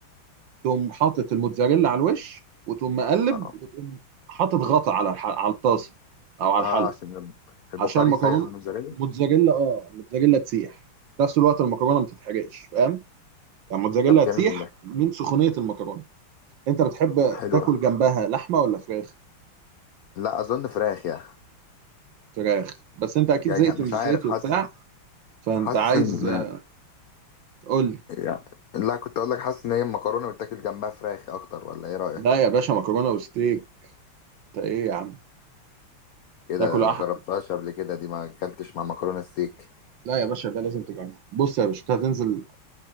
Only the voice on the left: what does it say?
اه
آه، عشان البخار
يسيح الموتزاريلا
طب جميل
ده
حلوة
لا اظن فراخ يعني
يعني
مش
عارف حاسس
حاسس
ان
يعني لا كنت اقول لك حاسس ان هي المكرونه بتاكل جنبها فراخ اكتر ولا ايه رايك
كده
ما جربتهاش قبل كده دي ما اكلتش مع مكرونه ستيك